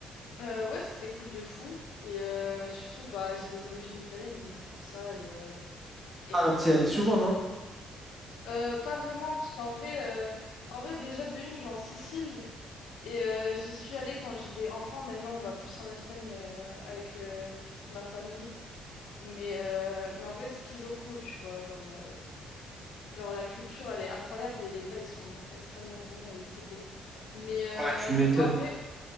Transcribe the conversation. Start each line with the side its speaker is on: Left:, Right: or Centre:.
Left: Euh, ouais, c'était cool de fou. Et euh, surtout, bah, j'ai des origines italiennes, donc c'est pour ça. Et, euh, et
Right: Ah, donc
Left: euh,
Right: t'y allais
Left: du
Right: souvent,
Left: coup.
Right: non?
Left: Euh, pas vraiment, parce qu'en vrai, euh, en vrai, déjà de une, je vais en Sicile et euh, j'y suis allée quand j'étais enfant. Maintenant, on va plus en Espagne euh, avec euh, ma famille. Mais, euh, mais en vrai, c'est toujours cool, tu vois. Genre, euh, genre, la culture, elle est incroyable et les plats, ils sont extrêmement bons et c'est beau. Mais euh,
Right: Ouais, tu m'étonnes.
Left: en vrai,